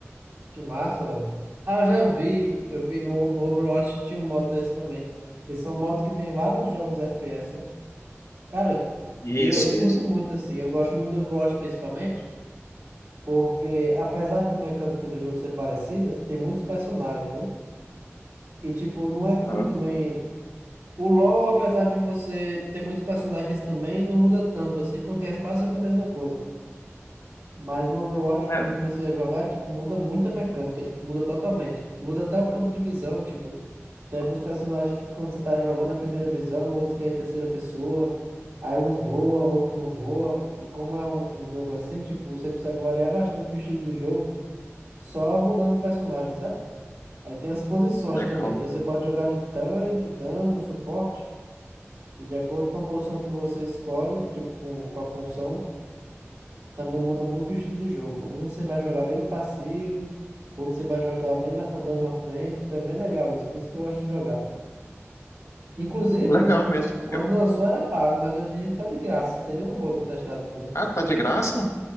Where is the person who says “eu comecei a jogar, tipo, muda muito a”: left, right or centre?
Right